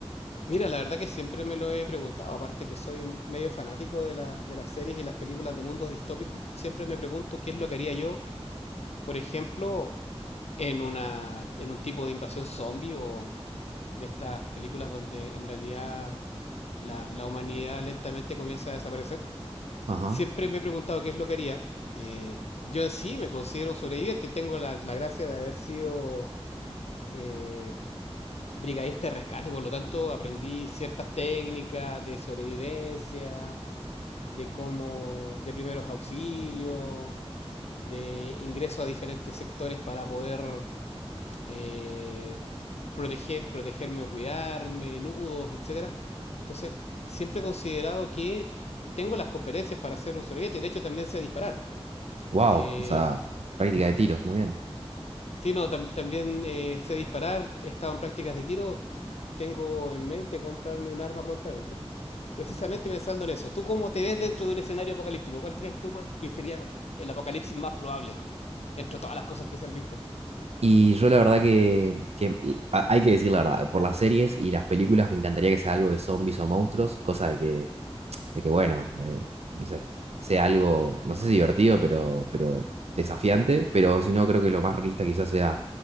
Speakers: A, on the left; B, on the right.
A: Mira, la verdad que siempre me lo he preguntado, aparte que soy medio fanático de la- de las series y las películas de mundos distópicos, siempre me pregunto qué es lo que haría yo, por ejemplo, en una, en un tipo de invasión zombie o de estas películas donde en realidad la, la humanidad lentamente comienza a desaparecer.
B: Ajá.
A: Siempre me he preguntado qué es lo que haría. Eh, yo en sí me considero un sobreviviente. Tengo la, la gracia de haber sido eh, brigadista de rescate, por lo tanto aprendí ciertas técnicas de sobrevivencia, de cómo, de primeros auxilios, de ingreso a diferentes sectores para poder eh, proteger, protegerme o cuidarme, nudos, etcétera. Entonces, siempre he considerado que tengo las competencias para ser un sobreviviente. De hecho, también sé disparar.
B: Wow,
A: Eh,
B: o sea, práctica de tiros, muy bien.
A: Sí, no, tam- también eh, sé disparar, he estado en prácticas de tiro, eh, tengo en mente comprarme un arma prontamente, precisamente pensando en eso. ¿Tú cómo te ves dentro de un escenario apocalíptico? ¿Cuál crees tú pues, que sería el apocalipsis más probable dentro de todas las cosas que se han visto?
B: Y yo la verdad que, que l- a- hay que decir la verdad, por las series y las películas me encantaría que sea algo de zombies o monstruos, cosa de que de que bueno, eh, no sé, sea algo, no sé si divertido, pero, pero desafiante, pero si no, creo que lo más realista quizás sea